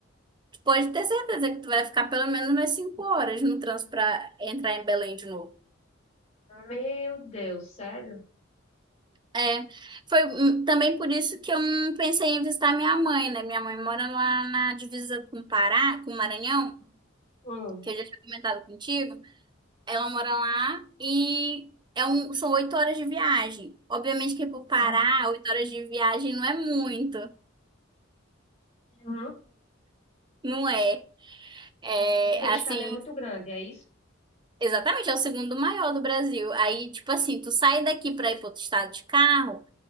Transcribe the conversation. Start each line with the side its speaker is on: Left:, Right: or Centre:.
Right: Tu pode ter certeza que tu vai ficar pelo menos umas 5 horas no trânsito pra entrar em Belém de novo.
Left: Meu Deus, sério?
Right: É, foi hum, também por isso que eu não pensei em visitar minha mãe, né? Minha mãe mora lá na divisa com o Pará, com o Maranhão,
Left: Hum,
Right: que eu já tinha comentado contigo. Ela mora lá e é um, são oito horas de viagem. Obviamente que pro Pará,
Left: hum,
Right: oito horas de viagem não é muito,
Left: uhum.
Right: não é? É
Left: Porque o
Right: assim,
Left: estado é muito grande, é isso?
Right: exatamente, é o segundo maior do Brasil. Aí, tipo assim, tu sai daqui pra ir pro outro estado de carro,